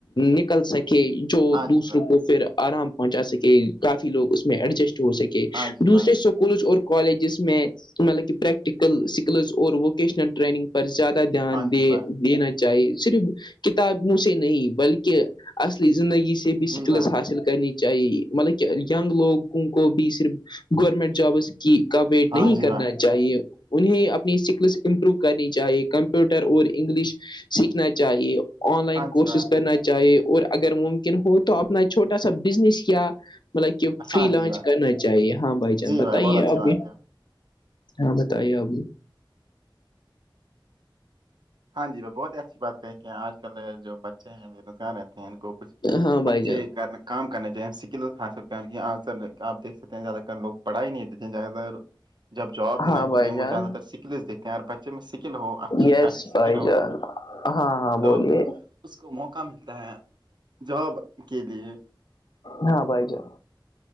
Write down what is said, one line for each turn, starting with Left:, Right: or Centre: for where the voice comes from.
Left: نکل سکیں جو
Right: ہاں جی
Left: دوسروں
Right: بھائی
Left: کو پھر آرام پہنچا سکے کافی لوگ اس میں ایڈجسٹ ہو سکے
Right: ہاں جی
Left: دوسرے
Right: بھائی
Left: سو اسکولز اور کالجز میں مطلب کہ پریکٹیکل اسکلز اور ووکیشنل ٹریننگ پر زیادہ دھیان
Right: ہاں
Left: دے
Right: جی بھائی
Left: دینا چاہیے صرف کتابوں سے نہیں بلکہ اصلی زندگی سے بھی
Right: جی
Left: شکلس
Right: بھائی
Left: حاصل کرنی چاہیے مطلب کہ نگ لوگوں کو بھی صرف گورمنٹ جابس کا ویٹ
Right: ہاں
Left: نہیں
Right: جی
Left: کرنا
Right: بھائی
Left: چاہیے انہیں اپنی سکس امپروو کرنی چاہیے کمپیوٹر اور انگلش سیکھنا چاہیے آن لائن
Right: ہاں
Left: کورسز
Right: جی بھائی
Left: کرنا چاہیے چاہے اور اگر ممکن ہو تو اپنا چھوٹا سا بزنس کیا مطلب کہ
Right: ہاں
Left: فری لانچ
Right: جی بھائی
Left: کرنا چاہیے ہاں بھائی جان
Right: جی
Left: بتائیے
Right: بہت اچھی
Left: اب
Right: بات ہے آپ نے
Left: ہاں بتائیے ابھی
Right: ہاں جی بہت ہی اچھی بات کہیں گی آج کل جو بچے ہیں بے روزگار رہتے ہیں ان کو کچھ
Left: ہاں بھائی
Right: اچھے
Left: جان
Right: کر کام کرنے چاہ سکل حاصل آ سر آپ دھ سکتے ہیں زیادہ تر لوگ پڑھائی ہی نہیں دیتے ہیں زیادہ تر جب جاب
Left: ہاں
Right: میں ہوتے
Left: بھائی
Right: ہیں
Left: جان
Right: وہ زیادہ تر سکلس دیکتے ہیں اور بچے میں سکل ہو اچھی
Left: یس
Right: خاصی سکل
Left: بھائی
Right: ہو
Left: جان ہاں ہاں
Right: تو
Left: بولیے
Right: اس کو موقع ملتا ہے جاب کے لیے
Left: ہاں بائی جے